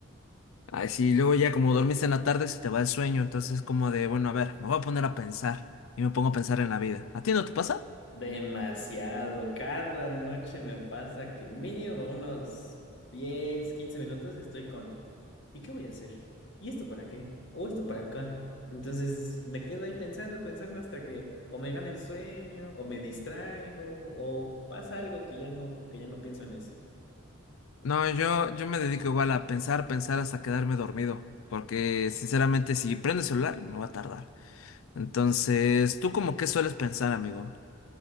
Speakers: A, on the left; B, on the left.
A: Ay, sí, luego ya como dormiste en la tarde se te va el sueño, entonces es como de, bueno, a ver, me voy a poner a pensar y me pongo a pensar en la vida. ¿A ti no te pasa?
B: Demasiado. Cada noche me pasa que mínimo unos 10, 15 minutos estoy con ¿Y qué voy a hacer? ¿Y esto para qué? ¿O esto para acá? Entonces me quedo ahí pensando, pensando hasta que o me gana el sueño, o me distraigo, o pasa algo que ya no, que ya no pienso en eso.
A: No, yo, yo me dedico igual a pensar, pensar hasta quedarme dormido, porque sinceramente si prendo el celular me va a tardar. Entonces, ¿tú como qué sueles pensar, amigo?